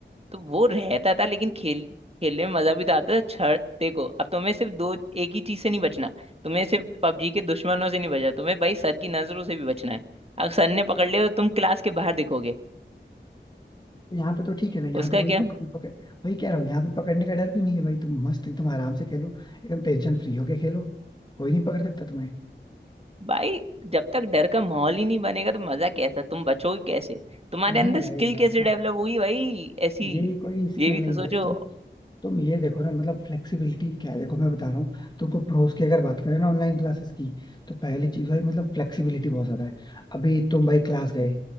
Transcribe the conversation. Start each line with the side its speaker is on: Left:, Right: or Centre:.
Right: तो वो रहता था लेकिन खेल खेलने में मजा भी तो आता था छड़ देखो अब तुम्हें सिर्फ दो एक ही चीज से नहीं बचना तुम्हें सिर्फ पबजी के दुश्मनों से नहीं बचना तुम्हें भाई सर की नजरों से भी बचना है अगर सर ने पकड़ लिया तो तुम क्लास के बाहर दिखोगे
Left: यहाँ पे तो ठीक है ना यहाँ
Right: उसका
Left: पे कोई
Right: क्या
Left: पक, पक, वही कह रहा हूँ यहाँ पे पकड़ने का डर भी नहीं है भाई तुम मस्त एकदम आराम से खेलो एकदम टेंशन फ्री होके खेलो कोई नहीं पकड़ सकता तुम्हें
Right: भाई जब तक डर का माहौल ही नहीं बनेगा तो मजा कैसा तुम बचोगे कैसे तुम्हारे
Left: नहीं
Right: अंदर
Left: भाई
Right: स्किल
Left: यार
Right: कैसे
Left: का
Right: डेवलप होगी भाई ऐसी
Left: ये कोई स्किल
Right: ये भी
Left: नहीं
Right: तो सोचो
Left: भाई तुम तुम ये देखो ना मतलब फ्लेक्सिबिलिटी क्या है देखो मैं बता रहा हूँ तुमको प्रोस की अगर बात करें ना ऑनलाइन क्लासेस की तो पहले चीज भाई मतलब फ्लेक्सिबिलिटी बहुत ज्यादा है अभी तुम भाई क्लास गए